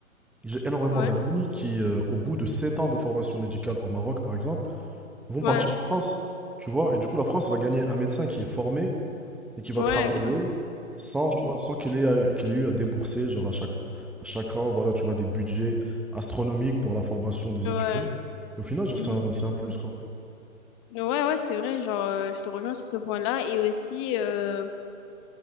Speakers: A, in the centre; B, on the left.
A: J'ai énormément
B: Ouais,
A: d'amis qui, euh, au bout de 7 ans de formation médicale au Maroc, par exemple, vont
B: ouais,
A: partir en France, tu vois. Et du coup, la France va gagner un médecin qui est formé et qui va
B: ouais.
A: travailler sans, tu vois, sans qu'il ait, à- qu'il ait eu à débourser, genre à chaque, à chaque an, voilà, tu vois, des budgets astronomiques pour la formation des
B: Ouais,
A: étudiants. Et au final, genre,
B: mhm.
A: c'est un, c'est un plus, quoi.
B: Ouais, ouais, c'est vrai, genre, euh, je te rejoins sur ce point-là. Et aussi, euh,